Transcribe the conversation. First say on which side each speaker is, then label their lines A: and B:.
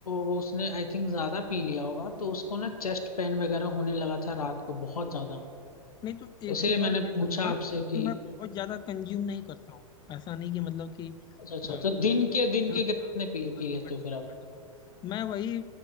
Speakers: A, on the left; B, on the left.
A: वो उसने आई थिंक ज्यादा पी लिया होगा तो उसको ना चेस्ट पेन वगैरह होने लगा था रात को बहुत ज्यादा
B: नहीं तो एक
A: तो इसीलिए
B: चीज और
A: मैंने
B: है भाई
A: पूछा
B: मैं थोड़ा
A: आपसे
B: मतलब
A: कि
B: कि मैं बहुत ज्यादा कंज्यूम नहीं करता हूँ ऐसा नहीं कि मतलब कि
A: अच्छा अच्छा
B: अ,
A: तो दिन
B: बंडल
A: के दिन के
B: के
A: कितने
B: हाँ
A: पी,
B: बन
A: पी
B: के
A: लेते
B: बंडल
A: हो फिर आप
B: बंडल में मैं वही